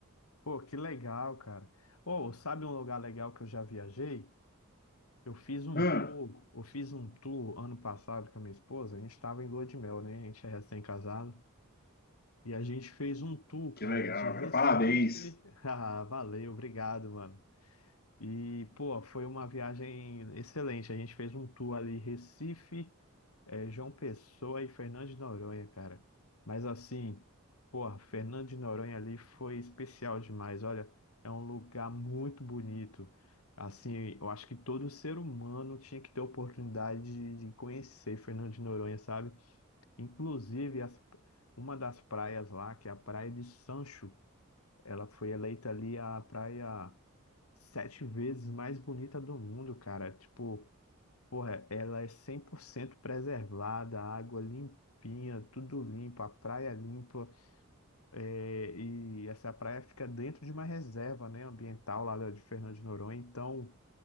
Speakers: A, on the left (about 80°); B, on the left (about 45°).
A: Pô, que legal, cara. Ou sabe um lugar legal que eu já viajei? Eu fiz um
B: Ah,
A: tour, eu fiz um tour ano passado com a minha esposa. A gente estava em lua de mel, né? A gente é recém-casado. E a gente fez um tour, cara,
B: que legal,
A: de Recife.
B: cara, parabéns.
A: <laughs> Ah, valeu, obrigado, mano. E, pô, foi uma viagem excelente. A gente fez um tour ali, Recife. É João Pessoa e Fernando de Noronha, cara. Mas assim, porra, Fernando de Noronha ali foi especial demais. Olha, é um lugar muito bonito. Assim, eu acho que todo ser humano tinha que ter a oportunidade de, de conhecer Fernando de Noronha, sabe? Inclusive, as- uma das praias lá, que é a Praia de Sancho, ela foi eleita ali a praia sete vezes mais bonita do mundo, cara. Tipo, Porra, ela é 100% preservada, a água limpinha, tudo limpo, a praia limpa, é, e essa praia fica dentro de uma reserva, né, ambiental lá da- de Fernando de Noronha, então